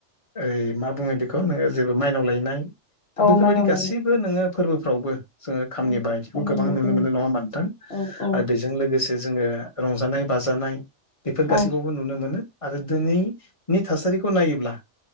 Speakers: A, on the left; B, on the left.
A: ओइ मा बुङो बेखौ नोंङो जेबो माइनाव लायनाय दा बेफोरबायदि
B: औ माइनाव
A: गासैबो
B: लायनाय
A: नोंङो। फोरबोफ्रावबो जोंङो खामनि
B: औ
A: बायथिखौ
B: बानायनाय
A: गोबां नुनो
B: जायो
A: मोनो नङा मोनदों।
B: औ औ
A: आरो बेजों लोगोसे जोंङो रंजानाय बाजानाय। बेफोर गासैबावबो
B: औ
A: नुनो मोनो आरो दिनैनि थासारिखौ नायोब्ला।